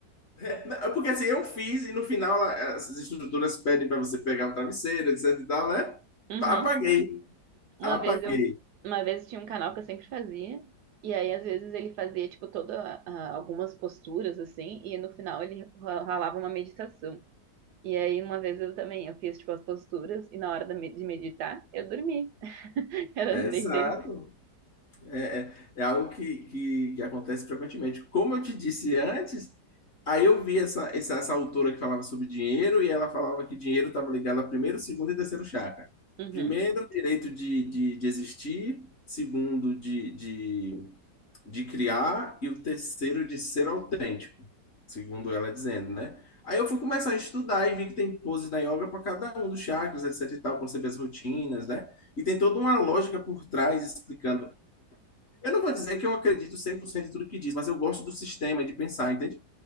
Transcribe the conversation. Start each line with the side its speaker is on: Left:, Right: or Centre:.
Left: <laughs> Porque assim, eu fiz, e no final ela- as estruturas pedem para você pegar um travesseiro, etc e tal, né?
Right: Uhum.
Left: Apaguei,
Right: Uma
Left: apaguei.
Right: vez eu, uma vez tinha um canal que eu sempre fazia, e aí às vezes ele fazia tipo toda a- algumas posturas assim, e no final ele ra- ralava uma meditação. E aí uma vez eu também, eu fiz tipo as posturas e na hora da me- de meditar, eu dormi. <laughs> Eu
Left: Exato.
Right: deitei.
Left: É, é- é algo que, que, que acontece frequentemente. Como eu te disse antes, aí eu vi essa, essa, essa autora que falava sobre dinheiro e ela falava que dinheiro estava ligado a primeiro, segundo e terceiro chakra.
Right: Uhum.
Left: Primeiro, direito de, de, de existir, segundo, de, de, de criar, e o terceiro, de ser autêntico, segundo ela dizendo, né? Aí eu fui começar a estudar e vi que tem poses na yoga para cada um dos chakras, etc e tal, para você ver as rotinas, né? E tem toda uma lógica por trás explicando eu não vou dizer que eu acredito 100% em tudo que diz, mas eu gosto do sistema e de pensar, entende?